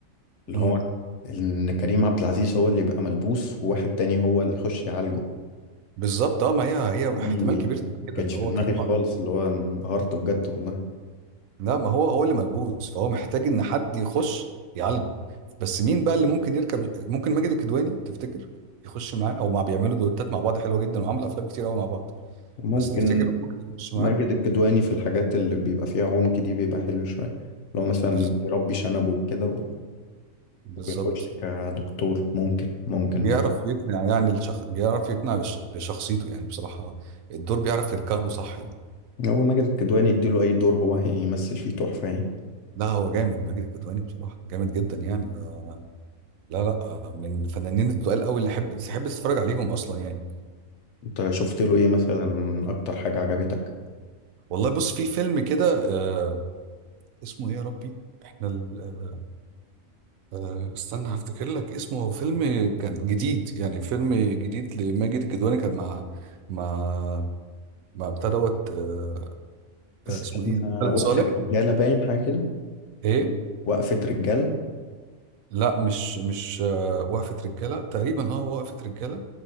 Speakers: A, on the left (about 65°); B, on the right (about 80°).
A: اللي
B: مم.
A: هو ان كريم عبد العزيز هو اللي يبقى ملبوس وواحد تاني هو اللي يخش يعالجه
B: بالظبط اه ما هي هي
A: دي
B: احتمال كبير تبقى
A: ما
B: كده
A: كانتش
B: ان
A: في
B: هو
A: دماغي
B: كريم
A: خالص
B: عبد العزيز
A: اللي هو انبهرت بجد والله
B: لا ما هو هو اللي ملبوس فهو محتاج ان حد يخش يعالجه بس مين بقى اللي ممكن يركب ممكن ماجد الكدواني تفتكر يخش معاه او ما بيعملوا دوتات مع بعض حلوه جدا وعملوا افلام كتير قوي مع بعض
A: ممكن
B: بس تفتكر هو ممكن يخش
A: ماجد
B: معاه
A: الكدواني في الحاجات اللي بيبقى فيها عمق دي بيبقى حلو شوية لو مثلا
B: بز-
A: يربي شنبه وكده و-
B: بالظبط
A: ويخش كدكتور ممكن ممكن
B: بيعرف
A: برضه
B: يقنع يعني الشخ... بيعرف يقنع بش... بشخصيته يعني بصراحة الدور بيعرف يركبه صح يعني
A: هو ماجد الكدواني يديله أي دور هو هيمثل فيه تحفة يعني
B: لا هو جامد ماجد الكدواني بصراحة جامد جدا يعني ده... لا لا من الفنانين التقال قوي اللي حب تحب تتفرج عليهم اصلا يعني
A: انت شفت له ايه مثلا اكتر حاجة عجبتك
B: والله بص في فيلم كده آه... اسمه ايه يا ربي احنا ال... آه... آه، استنى هفتكر لك اسمه هو فيلم كان جديد يعني فيلم جديد لماجد الكدواني كان مع مع مع بتاع دوت آه، آه،
A: استنى
B: اسمه ايه خالد
A: وقفة
B: صالح
A: رجالة باين حاجة كده
B: ايه
A: وقفة رجالة
B: لا مش مش آه، وقفة رجالة تقريبا اه وقفة رجالة